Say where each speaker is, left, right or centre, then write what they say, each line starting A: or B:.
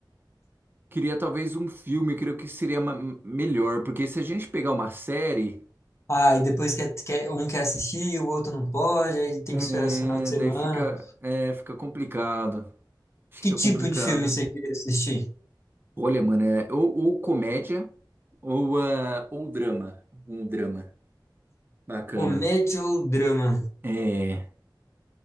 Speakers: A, on the right; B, on the left.
A: queria talvez um filme, eu creio que seria ma- melhor, porque se a gente pegar uma série,
B: Ah, e depois quer, quer, um quer assistir, o outro não pode, aí tem
A: é,
B: que esperar esse final de semana.
A: daí fica é, fica complicado, fica
B: Que tipo
A: complicado.
B: de filme você queria assistir?
A: Olha, mano, é, ou, ou comédia ou ah, ou drama, um drama bacana.
B: Comédia ou drama?
A: É.